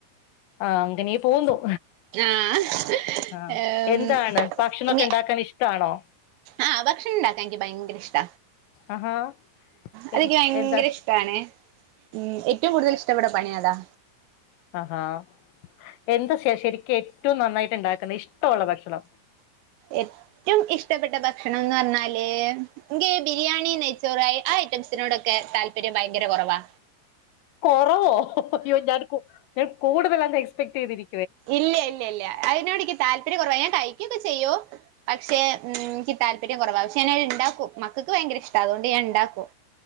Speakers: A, on the left; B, on the right.
A: ആഹ് അങ്ങനെ പോന്നു
B: ആഹ്
A: ആഹ്
B: ഏം
A: എന്താണ് ഭക്ഷണം
B: ഇങ്ങ
A: ക്കെ ഇണ്ടാക്കാൻ ഇഷ്ടാണോ
B: ആഹ് ഭക്ഷണം ഇണ്ടാക്കാ എനിക്ക് ഭയങ്കര ഇഷ്ട
A: ആഹാ
B: അതെനിക്ക്
A: എ
B: ഭയങ്കര
A: എന്താ
B: ഇഷ്ടാണെ ഉമ് ഏറ്റവും കൂടുതൽ ഇഷ്ടപ്പെട്ട പണിയതാ
A: ആഹ് ഹ് എന്താ ശേഷം ശരിക്കും ഏറ്റവും നന്നായിട്ട് ഇണ്ടാക്കുന്ന ഇഷ്ടള്ള ഭക്ഷണം
B: ഏറ്റും ഇഷ്ടപ്പെട്ട ഭക്ഷണം എന്ന് പറഞ്ഞാല് ഇങ്കി ബിരിയാണി നെയച്ചോർ ആയി ഐറ്റംസിനോടൊക്കെ താല്പര്യം ഭയങ്കര കോറവാ
A: കൊറോവോ അയ്യോ ഞാൻ ഞാൻ കൂടുതൽ അങ്ങ് എക്സ്പെക്ട് ചെയ്തിരി
B: ഇല്ല ഇല്ല ഇല്ല അയ്നോട്ക്ക് താല്പര്യം കൊറവാ ഞാൻ കഴിക്കുക്കെ ചെയ്യും പക്ഷെ ഉം ഇൻക്ക് താല്പര്യം കൊറവ ഞാനഹ് ഇണ്ടാക്കും മക്കക്ക് ഭയങ്കര ഇഷ്ടാ അതു കൊണ്ട് ഞാൻ ഇണ്ടാക്കും.